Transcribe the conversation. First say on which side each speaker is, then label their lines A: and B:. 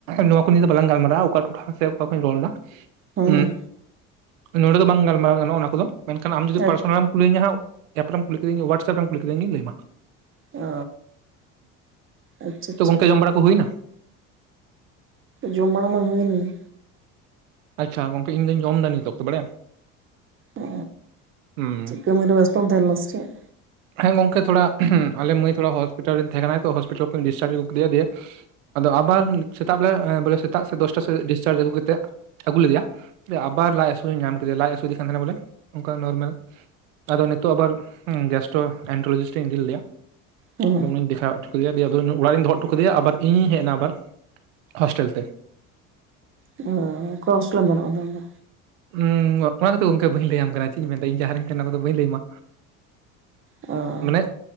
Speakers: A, on the right; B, on the right.
A: ᱱᱚᱣᱟ ᱠᱚ ᱱᱚᱣᱟ ᱱᱤᱭᱳ ᱫᱚ ᱵᱟᱞᱟᱝ ᱜᱟᱞᱢᱟᱨᱝᱼᱟ ᱚᱠᱟ ᱴᱚᱴᱷᱟ ᱥᱮ ᱚᱠᱟ ᱠᱷᱚᱱᱤᱧ ᱨᱚᱲ ᱫᱟ,
B: ᱦᱮᱸ
A: ᱩᱸᱜ ᱱᱚᱸᱰᱮ ᱫᱚ ᱵᱟᱝ ᱜᱟᱞ ᱢᱟᱨᱟᱣ ᱜᱟᱱᱚᱜ ᱚᱱᱟ ᱠᱚᱫᱚ ᱢᱮᱱᱠᱷᱟᱱ ᱟᱢ ᱡᱩᱫᱤ
B: ᱦᱮᱸ
A: ᱯᱟᱨᱥᱚᱱᱟᱞ ᱮᱢ ᱠᱩᱞᱤᱧᱟ ᱦᱟᱸᱜ ᱮᱯ ᱨᱮᱢ ᱠᱩᱞ ᱠᱮᱫᱤᱧ ᱜᱮ ᱚᱦᱟᱴᱥᱟᱯ ᱠᱩᱞᱤ ᱠᱮᱫᱤᱧ ᱜᱮ ᱞᱟᱹᱭ ᱟᱢᱟ᱾
B: ᱚ ᱟᱪᱪᱷᱟ
A: ᱛᱚ
B: ᱟᱪᱪᱷᱟ᱾
A: ᱜᱚᱝᱠᱮ ᱡᱚᱢ ᱵᱟᱲᱟ ᱠᱚ ᱦᱩᱭᱱᱟ?
B: ᱡᱚᱢ ᱵᱟᱲᱟ ᱢᱟ ᱦᱩᱭ ᱮᱱ ᱜᱮ᱾
A: ᱟᱪᱪᱷᱟ ᱜᱚᱝᱠᱮ ᱤᱧ ᱫᱚᱧ ᱡᱚᱢ ᱫᱟ ᱱᱤᱛ ᱛᱚ ᱵᱟᱲᱭᱟᱢ?
B: ᱚ
A: ᱦᱩᱸ
B: ᱪᱮᱫ ᱠᱟᱹᱢᱤᱨᱮ ᱵᱮᱥᱛᱚ ᱛᱟᱦᱮᱱ ᱞᱮᱱᱟ ᱥᱮᱪᱮᱫ?
A: ᱦᱮᱸ ᱜᱚᱝᱠᱮ ᱛᱷᱚᱲᱟ ᱟᱞᱮ ᱢᱟᱹᱭ ᱛᱷᱚᱲᱟ ᱦᱚᱥᱯᱤᱴᱟᱞ ᱨᱮ ᱛᱟᱦᱮᱸ ᱠᱟᱱᱟ ᱛᱚ ᱦᱚᱥᱯᱤᱴᱟᱞ ᱠᱷᱚᱱᱤᱧ ᱰᱤᱥᱪᱟᱨᱡᱽ ᱟᱹᱜᱩ ᱠᱮᱫᱮᱭᱟ ᱫᱤᱭᱮ ᱟᱫᱚ ᱟᱵᱟᱨ ᱥᱮᱛᱟᱸᱜ ᱵᱮᱲᱟ ᱵᱚᱞᱮ ᱥᱮᱛᱟᱜ ᱥᱮ ᱫᱚᱥᱴᱟ ᱥᱮᱫ ᱰᱤᱥᱪᱟᱨᱡᱽ ᱟᱹᱜᱩ ᱠᱟᱛᱮᱜ ᱟᱹᱜᱩ ᱞᱮᱫᱮᱭᱟ ᱟᱵᱟᱨ ᱞᱟᱸᱡ ᱦᱟᱹᱥᱩ ᱧᱟᱢ ᱠᱮᱫᱮᱭᱟ ᱞᱟᱸᱡ ᱦᱟᱹᱥᱩ ᱤᱫᱤ ᱠᱟᱱ ᱛᱟᱦᱮᱸᱱᱟ ᱵᱚᱞᱮ ᱚᱱᱠᱟ ᱱᱚᱨᱢᱮᱞ ᱟᱫᱚ ᱱᱤᱛᱳᱜ ᱟᱵᱟᱨ ᱜᱮᱥᱴᱚ ᱮᱱᱴᱨᱳᱡᱤᱥᱤᱴ ᱤᱧ ᱤᱫᱤ ᱞᱮᱫᱭᱟ
B: ᱦᱮᱸ
A: ᱟᱫᱚ ᱩᱱᱤᱧ ᱫᱮᱠᱷᱟᱣ ᱠᱮᱫᱮᱭᱟ ᱫᱮᱭᱟ ᱟᱫᱚ ᱩᱱᱟᱜ ᱚᱲᱟᱜ ᱨᱤᱧ ᱫᱚᱦᱚᱜᱴᱚ ᱠᱮᱫᱮ ᱟᱵᱟᱨ ᱤᱧᱤᱧ ᱦᱮᱡ ᱮᱱᱟ ᱟᱵᱟᱨ ᱦᱳᱥᱴᱮᱞ ᱛᱮ᱾
B: ᱦᱮ ᱚᱠᱟ ᱷᱳᱥᱴᱮᱞ ᱮᱢ ᱛᱟᱦᱮᱱᱟ ᱟᱫᱚ?
A: ᱩᱻ ᱚᱱᱟ ᱠᱚᱫᱚ ᱜᱚᱢᱠᱮ ᱵᱟᱹᱧ ᱞᱟᱹᱭ ᱟᱢ ᱠᱟᱱᱟ ᱪᱮᱜ ᱤᱧ ᱢᱮᱱᱫᱟ ᱤᱧ ᱡᱟᱦᱟᱸ ᱨᱤᱧ ᱛᱟᱦᱮᱱᱟ ᱚᱱᱟ ᱠᱚᱫᱚ ᱵᱟᱹᱧ ᱞᱟᱹᱭ ᱟᱢᱟ᱾
B: ᱚ
A: ᱟᱹᱡ